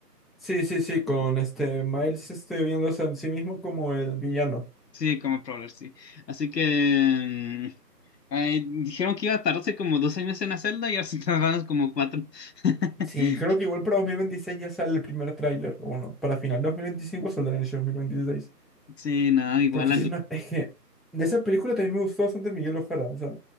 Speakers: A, in the centre; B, on the left.
A: Sí, sí, sí, con este Miles este, viéndose a sí mismo como el villano.
B: Sí, como Prowler, sí. Así que mm, ay, dijeron que iba a tardarse como dos años en la celda y ahora se <laughs> tardaron como cuatro. <laughs>
A: Sí, creo que igual para 2026 ya sale el primer tráiler. o Bueno, para final de 2025 saldrá en ese dos mil veintiséis,
B: Sí, no, igual
A: Porque
B: a
A: sí
B: mí,
A: es una... Es que de esa película también me gustó bastante Miguel Ojara. O sea,